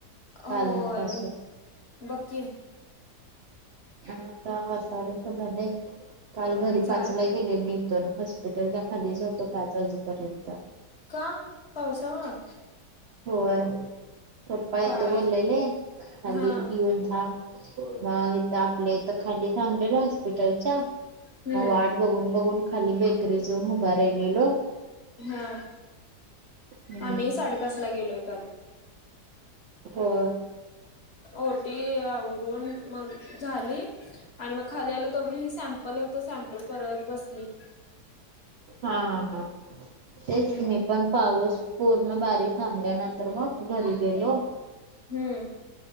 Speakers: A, on the right (about 60°); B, on the left (about 45°).
A: काल
B: होय
A: पासून
B: बघकी
A: आणि आता वातावरण तर झालंय काल
B: होय
A: घरी
B: झालंय
A: पाचला गेले मी इथून हॉस्पिटलच्या खालीच होतो पाच वाजूपर्यंत
B: का पावसामुळे
A: होय पप्पा येतं
B: काय
A: बोललेले खाली
B: हा
A: येऊन थांब मग इथ आपले खाली थांब हॉस्पिटलच्या म
B: हम्म
A: बघून बघून खाली बेकरी जाऊन उभा राहिलेलो
B: हा
A: हम्म.
B: आम्ही साडेपाच ला गेलोय काल
A: हो
B: ओटी आवरून मग झाली आणि मग खाली आलं तोवर ही सॅमप पल तो सॅम्पल करत बसली
A: हा हा हा तेच
B: हम्म
A: मी पण पाऊस पूर्ण बारीक थांबल्यानंतर मग घरी गेलो.
B: हम्म